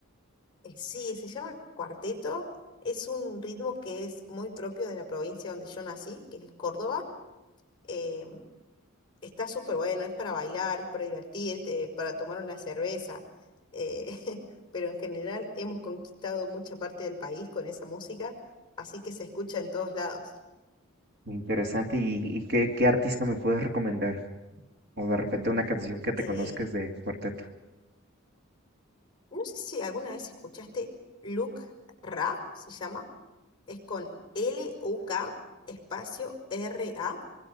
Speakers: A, on the left; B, on the right.
A: Eh, Sí, se llama cuarteto. Es un ritmo que es muy propio de la provincia donde yo nací, que es Córdoba. Eh, está súper bueno, es para bailar, es para divertirte, para tomar una cerveza. eh, <laughs> pero en general hemos conquistado mucha parte del país con esa música, así que se escucha en todos lados.
B: interesante. ¿Y, y qué, qué artista me puedes recomendar? O de repente una canción que te
A: Eh,
B: conozcas de cuarteto.
A: no sé si alguna vez escuchaste Luke Ra, se llama. Es con L-U-K espacio R-A.